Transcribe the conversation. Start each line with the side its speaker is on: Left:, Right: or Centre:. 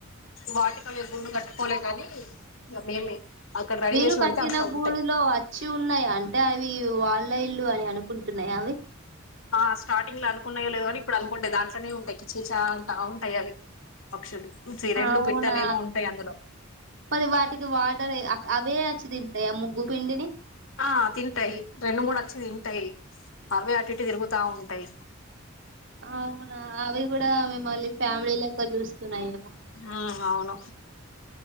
Left: వాటికవే గూడు కట్టుకోలే గాని. ఇగ మేమే అక్కడ రెడీ
Right: మీరు
Left: చేసి
Right: కట్టిన
Left: పెడితే అందులో
Right: గూడులో
Left: ఉంటాయి
Right: వచ్చి ఉన్నాయా. అంట్ టే అవి వాళ్ ఇళ్ళు అని అనుకుంటున్నాయా. అవి
Left: ఆ స్టార్టింగ్ లో అనుకున్నాయో లేదో గానీ. ఇప్పుడు అనుకుంటాయ్. దాంట్లనే ఉంటాయ్ కిచ్ కిచా అంటా ఉంటాయి అవి. పక్షులు రెండు
Right: అవునా
Left: పిట్టలు ఏమో ఉంటాయి అందులో
Right: మరి వాటికి వాటర్ ఏ అక్ అవే వచ్చి. దిన్ టాయ. ముగ్గు పిండిని
Left: ఆ తింటాయి. రెండు మూడు అచ్చి తింటాయ్. అవే అటిటు తిరుగుతా ఉంటాయ్.
Right: అవునా అవి గూడా మిం మళ్ళీ ఫ్యామిలీ లెక్క చూస్కున్నాయేమో.
Left: ఉమ్ అవును